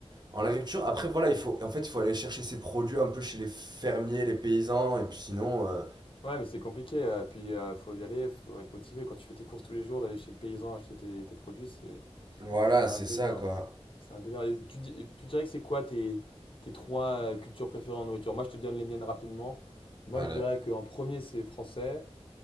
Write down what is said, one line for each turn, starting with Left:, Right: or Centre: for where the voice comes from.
Right: en agriculture, après voilà, il faut, en fait, il faut aller chercher ses produits un peu chez les fermiers, les paysans, et puis sinon, euh,
Left: Ouais, mais c'est compliqué. euh, Puis euh, faut y aller, faut être motivé. Quand tu fais tes courses tous les jours, d'aller chez le paysan acheter tes, tes produits, c'est
Right: voilà,
Left: c'est un
Right: c'est
Left: délire.
Right: ça quoi.
Left: C'est un délire. Et tu, di- et tu dirais que c'est quoi tes, tes trois euh, cultures préférées en nourriture? Moi, je te donne les miennes rapidement. Moi,
Right: Allez,
Left: je dirais qu'en premier, c'est français.